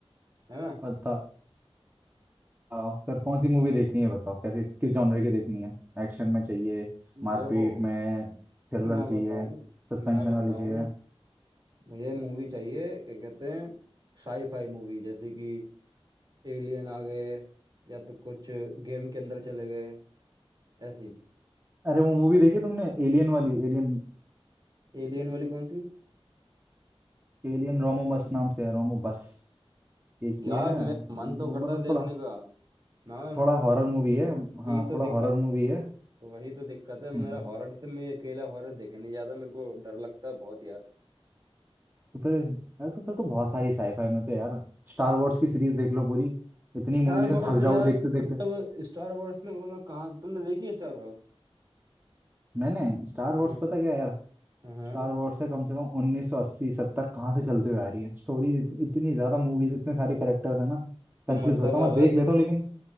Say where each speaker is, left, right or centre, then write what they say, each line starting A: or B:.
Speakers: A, on the right; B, on the right.
A: है ना
B: बताओ फिर कौन सी मूवी देखनी है बताओ कैसे किस जॉनर की देखनी है एक्शन में चाहिए मारपीट
A: देखो
B: में थ्रिलर
A: मैं
B: चाहिए
A: बताऊं
B: सस्पेंशन
A: मैं बताऊं
B: वाली चाहिए
A: मुझे मूवी चाहिए क्या कहते हैं साई फाई मूवी जैसे कि एलियन आ गए या तो कुछ गेम के अंदर चले गए ऐसी
B: अरे वो मूवी देखी तुमने एलियन वाली एलियन
A: एलियन वाली कौन सी
B: एलियन रोमोबस नाम से है रोमोबस एक
A: यार
B: ये है
A: मेरा मन
B: ब-
A: तो करता
B: मतलब
A: है देखने
B: थोड़ा
A: का मैं
B: थोड़ा हॉरर मूवी है हाँ
A: ही तो
B: थोड़ा
A: दिक्कत
B: हॉरर मूवी
A: है।
B: है
A: वही तो दिक्कत है मेरा
B: हम्म
A: हॉरर से मैं अकेला हॉरर देखे नहीं जाता मेरे को डर लगता है बहुत यार
B: तो फिर अरे तो फिर तो बहुत सारी साईफाई में तो यार स्टार वॉर्स की सीरीज देख लो पूरी इतनी
A: स्टार
B: मूवीज हैं
A: वॉर्स
B: थक
A: यार
B: जाओगे देखते
A: मतलब
B: देखते
A: स्टार वॉर्स में मतलब कहाँ तुमने देखी है स्टार वॉर्स
B: मैंने स्टार
A: हाँ
B: वॉर्स पता क्या यार
A: हाँ
B: स्टार वॉर्स है कम से कम उन्नीस सौ अस्सी सत्तर कहाँ से चलते हुए आ रही है स्टोरीज इतनी इतनी ज्यादा मूवीज इतने सारे करेक्टर्स है ना
A: तो
B: कंफ्यूज
A: मतलब
B: होता हूँ
A: अगर
B: मैं देख लेता हूँ लेकिन